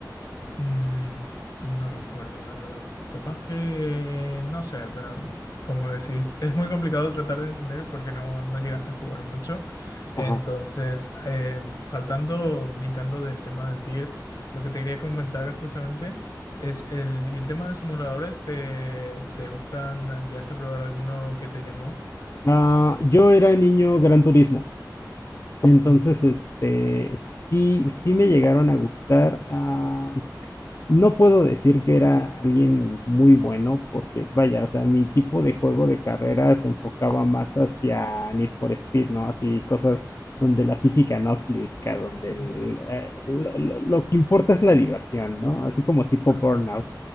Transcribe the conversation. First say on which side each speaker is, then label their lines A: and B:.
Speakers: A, on the left; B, on the left.
A: Mm, no recuerdo, la verdad. Capaz que, no sé, pero como decís, es muy complicado tratar de entender porque no, no llegaste a jugar mucho. Entonces,
B: Ajá.
A: eh, saltando, brincando del tema del DIRT, lo que te quería comentar justamente es el, y el tema de simuladores, ¿te, te gustan? ¿Llegaste a probar alguno que te llamó?
B: Ah, yo era niño Gran Turismo, entonces
A: Ujú,
B: este sí, sí me llegaron a gustar. ah, no puedo decir que era alguien muy bueno, porque vaya, o sea, mi tipo de juego de carrera se enfocaba más hacia Need for Speed, ¿no? Así cosas donde la física no aplica, donde el,
A: ujú.
B: eh, lo, lo- lo que importa es la diversión, ¿no? Así como tipo
A: Ajá,
B: Burnout.